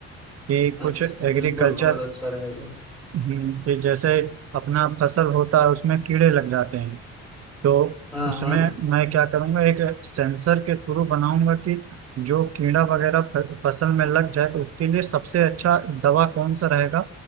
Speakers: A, on the right (about 55°); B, in the centre.
A: कि कुछ
B: अच्छा
A: एग्रीकल्चर
B: बिल्कुल बहुत अच्छा रहेगा
A: हम्म, कि जैसे अपना फसल होता है उसमें कीड़े लग जाते हैं तो
B: हाँ
A: उसमें
B: हाँ
A: मैं क्या करूंगा एक सेंसर के थ्रू बनाऊंगा कि जो कीड़ा वगैरह फ- फसल में लग जाए तो उसके लिए सबसे अच्छा दवा कौन सा रहेगा